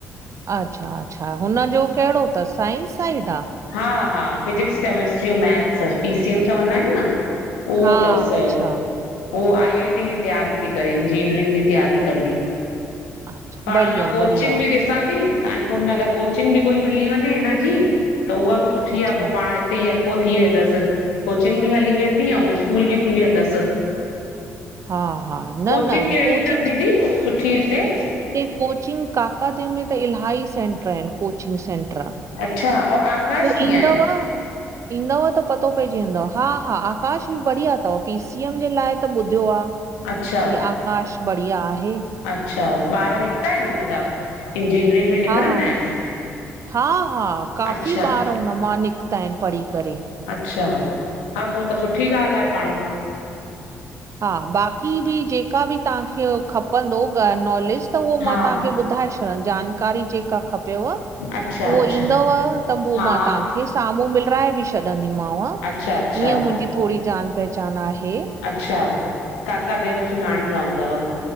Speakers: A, on the right; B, on the left.
A: अच्छा, अच्छा हुनजो कहिड़ो अथस साइंस साइड आहे।
B: हा। हा, physics chemistry maths, P, C, M चवंदा आहिनि न। उहो
A: हा
B: अथसि,
A: अच्छा
B: उहो आई, आई, टी जी तैयारी थी करे, इंजीनियरिंग जी तयारी कंदी।
A: अच्छा,
B: पाण
A: बढ़िया,
B: मां, कोचिंग
A: बढ़िया,
B: बि ॾिस ॾिसां थी, कानपुर में अगरि कोचिंग बि कोई मिली वञे, हिनजी त उहा बि सुठी
A: अच्छा,
B: आहे पोइ पाण। त ई अको थी, वेंदसि कोचिंग बि हली वेंदी, ऐं स्कूल बि थी वेंदसि।
A: हा, हा, न,
B: कोचिंग
A: न,
B: कहिड़ी
A: कोचिंग्स
B: अथसि दीदी सुठी हिते?
A: हिते कोचिंग काका देव, में त इलाही सेंटर आहिनि। Coaching centre.
B: अच्छा। और आकाश
A: हू
B: कीअं
A: ईंदव।
B: आहे?
A: ईंदव त पतो पइजी वेंद, हा, हा आकाश बि बढ़िया अथव, पी, सी, एम जे लाइ त बुध ॿ
B: अच्छा
A: की आकाश बढ़िया आहे।
B: अच्छा ॿार निकिता आहिन हिन जा। इंजीनियरिंग में निकरंदा
A: हा,
B: आहिन
A: हा, हा, काफ़ी
B: अच्छा।
A: ॿार हुन मां निकिता आहिन पढ़ी करे -
B: अच्छा हा पोइ त सुठी ॻाल्ह आहे पाण।
A: हा बाक़ी बि जेका बि तव्हांखे खपंदो नॉलेिस्ट त उहो
B: हा
A: मां तव्हांखे ॿुधाए छॾां जानकारी जेका खपे। व उहो
B: अच्छा अच्छा
A: ईंदव त पोइ
B: हा
A: मां तव्हांखे साम्हूं मिलाए बि छॾंदीमांव।
B: अच्छा अच्छा
A: ईअं मुंहिंजी थोरी जान पहचान आहे।
B: अच्छा काका देव में सुञाणींदा हूंदव।